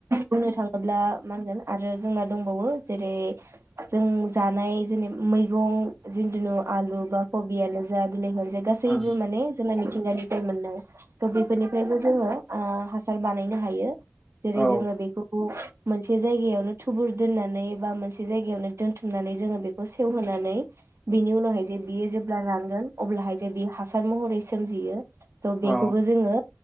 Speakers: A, on the right; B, in the centre.
A: बुंनो थाङोब्ला मा होनगोन आरो जोंना दंबावो जेरै जों जानाय जेने मैगं जिन्थुनु आलु बा कबियानो जा बिलाइ गासैबो
B: उम
A: माने <unintelligible> मिथिंगानिफ्राय मोननाय त बेफोरनिफ्रायबो जोङो ओ हासार बानायनो हायो जेरै
B: औ
A: जोङो बेफोरखौ मोनसे जायगायावनो थुबुर दोननानै एबा मोनसे जाय यावनो दोनथुमनानै जोङो बेखौ सेवहोनानै बिनि उनावहाय जे बियो जेब्ला रानगोन अब्लाहाय जे बि हासार महरै सोमजियो थ
B: औ
A: बेखौबो जोङो